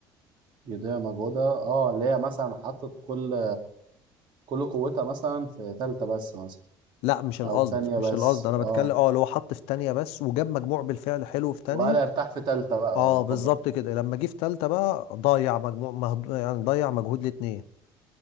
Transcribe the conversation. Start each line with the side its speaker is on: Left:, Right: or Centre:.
Right: جدية موجودة اه اللي هي مثلا حطت كل كل قوتها مثلا في تالتة بس مثلا
Left: لا مش القصد
Right: أو تانية
Left: مش
Right: بس
Left: القصد انا
Right: اه
Left: بتكلم اه اللي هو حط في تانية بس وجاب مجموع بالفعل حلو في تانية
Right: وقال ارتاح في تالتة بقى
Left: اه بالظبط
Right: كبر
Left: كده لما جه في تالتة بقى ضيع مجموع مهد... يعني ضيع مجهود الاتنين